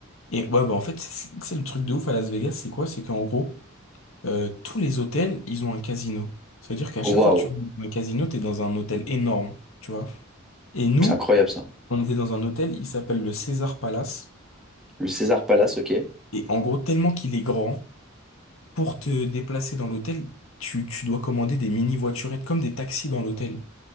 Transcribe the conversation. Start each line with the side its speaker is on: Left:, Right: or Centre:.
Left: Et ouais, bah en fait, c'est c'est le truc de ouf à Las Vegas, c'est quoi? C'est qu'en gros, euh, tous les hôtels, ils ont un casino. Ça veut dire qu'à chaque
Centre: Waouh,
Left: fois que tu rentres dans un casino, t'es dans un hôtel énorme, tu vois. Et nous,
Centre: c'est incroyable ça.
Left: On était dans un hôtel, il s'appelle le César Palace.
Centre: Le César Palace, ok.
Left: Et en gros, tellement qu'il est grand, pour te déplacer dans l'hôtel, tu, tu dois commander des mini-voiturettes comme des taxis dans l'hôtel.